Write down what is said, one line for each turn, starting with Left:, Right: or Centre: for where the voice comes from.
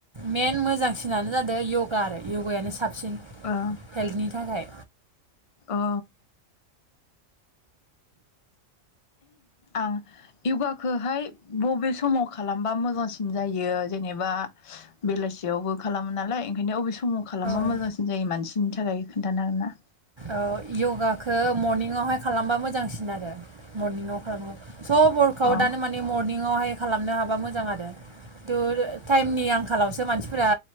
Right: मेन मोजांसिनानो जादों इउगा आरो इउगायानो साबसिन
Left: ओ औ
Right: हेल्टनि थाखाय
Left: औ आं इउगाखोहाय बबे समाव खालामबा मोजांसिन जायो जेनेबा बेलासियावबो खालामो नालाय ओंखायनो अबे स माव खालामबा
Right: औ
Left: मोजांसिन जायो मानसि नि थाखाय खोन्थानो हागोन ना
Right: औ इउगाखो मरनिंयावहाय खालामबा मोजांसिन आरो मरनिंआव खालामो सब वरखाउदानो
Left: अ अ
Right: माने मरनिंआवहाय खालामनो हाबा मोजां आरो दुर टाइमनि आंखालावसो मानसिफोरा